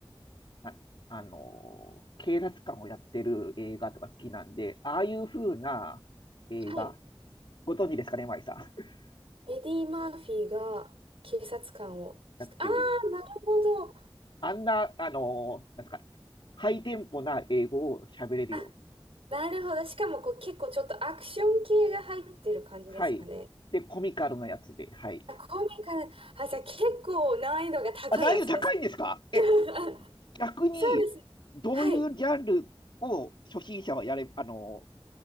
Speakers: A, on the left; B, on the right.
A: あ、あの、警察官をやってる映画とか好きなんで、ああいう風な映画、
B: はい。
A: ご存知ですかね、マイさん。<laughs>
B: エディ・マーフィーが警察官をして、
A: やってる。
B: ああ、なるほど。
A: あんな、あの、なんですか、ハイテンポな英語を喋れるように。
B: あ、なるほど。しかもこう、結構ちょっとアクション系が入ってる感じですかね。
A: はい。で、コミカルなやつで、はい。
B: あ、コミカル。あ、じゃあ結構難易度が高いやつです。
A: あ、難易度高いんですかえ、
B: <laughs>
A: 逆に、
B: そうです。
A: どういうジャンルを初心者はやれ、
B: はい。
A: あの、